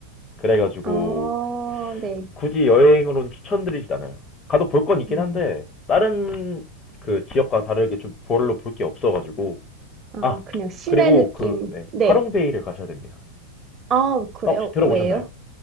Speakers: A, on the left; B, on the right.
A: 그래가지고
B: 어, 네.
A: 굳이 여행으로는 추천드리진 않아요. 가도 볼 건 있긴
B: 음,
A: 한데 다른 그 지역과 다르게 좀 별로 볼 게 없어가지고
B: 아,
A: 아
B: 그냥 시내
A: 그리고
B: 느낌.
A: 그 네,
B: 네.
A: 하롱베이를 가셔야 됩니다.
B: 아, 그래요?
A: 아, 혹시 들어보셨나요?
B: 왜요?